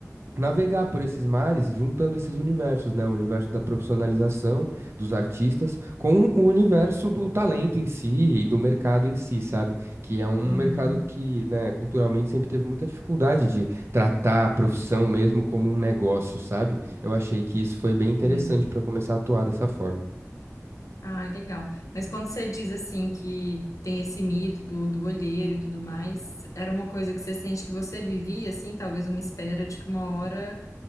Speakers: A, on the right (about 50°); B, on the left (about 75°).
A: navegar por esses mares, juntando esses universos, né? O universo da profissionalização dos artistas com o universo do talento em si e do mercado em si, sabe? Que é um
B: Uhum.
A: mercado que, né, culturalmente sempre teve muita dificuldade de tratar a profissão mesmo como um negócio, sabe? Eu achei que isso foi bem interessante
B: Sim.
A: para começar a atuar dessa forma.
B: Ah, legal. Mas quando você diz assim que tem esse mito do, do olheiro e tudo mais, era uma coisa que você sente que você vivia, assim, talvez uma espera de que uma hora